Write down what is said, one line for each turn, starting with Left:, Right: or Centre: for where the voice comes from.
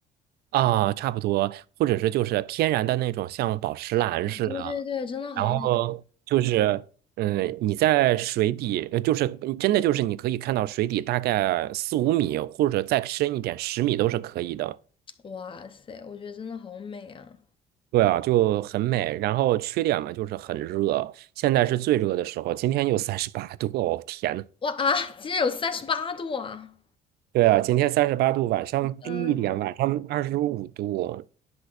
Right: 啊，差不多，或者是就是天然的那种像宝石蓝似的。
Left: 对对对，真的好好
Right: 然后就是，嗯，你在水底，呃就是嗯真的就是你可以看到水底大概四五米，或者再深一点，十米都是可以的。
Left: 看，哇塞，我觉得真的好美啊！
Right: 对啊，就很美。然后缺点嘛，就是很热，现在是最热的时候，今天又三十八度，哦天呐，
Left: 哇啊，今天有三十八度啊！
Right: 对啊，今天三十八度，晚上低一点，
Left: 嗯，
Right: 晚上二十五度。